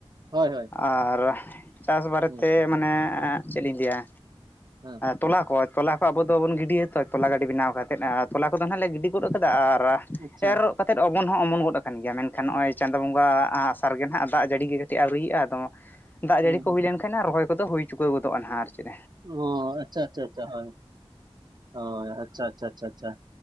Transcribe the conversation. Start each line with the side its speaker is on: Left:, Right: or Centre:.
Right: ᱦᱳᱭ ᱦᱳᱭ
Left: ᱟᱨ ᱪᱟᱥ ᱵᱟᱨᱮᱛᱮ
Right: ᱦᱮᱸ
Left: ᱢᱟᱱᱮ ᱪᱮᱫᱞᱤᱧ ᱞᱟᱹᱭᱟ
Right: ᱦᱮᱸ
Left: ᱛᱚᱞᱟᱠᱚ ᱛᱚᱞᱟ ᱠᱚ ᱟᱵᱚ ᱫᱚᱵᱚᱱ ᱜᱤᱰᱤᱭᱟᱛᱚ ᱛᱚᱞᱟ ᱜᱟᱹᱰᱤ ᱵᱮᱱᱟᱣ ᱠᱟᱛᱮᱫ ᱟᱨ ᱛᱚᱞᱟ ᱠᱚᱫᱚ ᱱᱟᱦᱟᱜ ᱞᱮ ᱜᱤᱰᱤ ᱜᱚᱫ ᱠᱟᱫᱟ ᱟᱨ
Right: ᱟᱪᱪᱷᱟ
Left: ᱮᱨ ᱠᱟᱛᱮᱫ ᱚᱢᱚᱱ ᱦᱚᱸ ᱚᱢᱚᱱ ᱜᱚᱫ ᱟᱠᱟᱱ ᱜᱮᱭᱟ ᱢᱮᱱᱠᱷᱟᱱ ᱱᱚᱜᱼᱚᱭ ᱪᱟᱸᱫᱚ ᱵᱚᱸᱜᱟ ᱟᱥᱟ ᱨᱮᱜᱮ ᱱᱟᱦᱟᱜ ᱫᱟᱜ ᱡᱟᱹᱲᱤ ᱜᱮ ᱠᱟᱹᱴᱤᱡ ᱟᱹᱣᱨᱤᱭᱟᱼᱟ ᱟᱫᱚ ᱫᱟᱜ
Right: ᱦᱮᱸ
Left: ᱡᱟᱹᱲᱤ ᱠᱚ
Right: ᱦᱮᱸ
Left: ᱦᱩᱭ ᱞᱮᱱᱠᱷᱟᱱ ᱨᱚᱦᱚᱭ ᱠᱚᱫᱚ ᱦᱩᱭ ᱪᱩᱠᱟᱹᱣ ᱜᱚᱫᱚᱜᱼᱟ ᱱᱟᱦᱟᱜ ᱟᱨ ᱪᱮᱫ
Right: ᱚ ᱟᱪᱪᱷᱟ ᱟᱪᱪᱷᱟ ᱟᱪᱪᱷᱟ ᱦᱳᱭ ᱚ ᱟᱪᱪᱷᱟ ᱟᱪᱪᱷᱟ ᱟᱪᱪᱷᱟ ᱟᱪᱪᱷᱟ